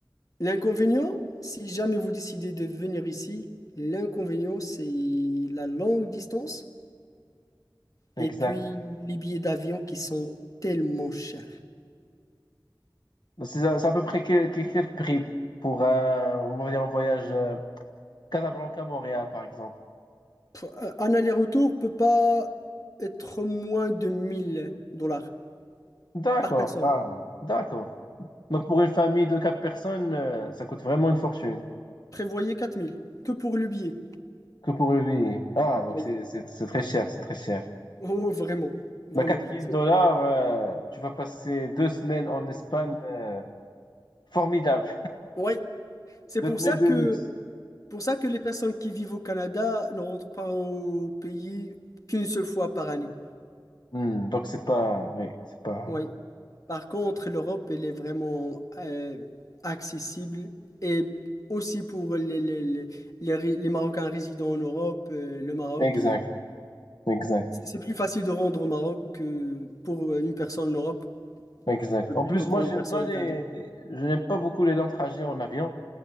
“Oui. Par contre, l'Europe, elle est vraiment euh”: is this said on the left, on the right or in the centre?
Left